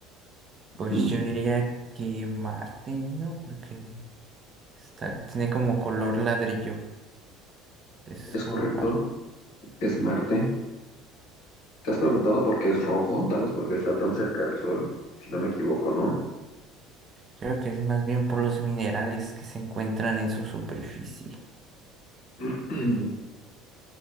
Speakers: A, on the right (about 20°); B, on the left (about 65°).
A: Pues
B: Ujú.
A: yo diría que Marte, ¿no? Porque está, tiene como color ladrillo. Es
B: ¿Es
A: como
B: correcto?
A: para.
B: ¿Es Marte? ¿Te has preguntado por qué es rojo? Tal vez porque está tan cerca del Sol, si no me equivoco, ¿no?
A: Creo que es más bien por los minerales que se encuentran en su superficie.
B: <clears throat>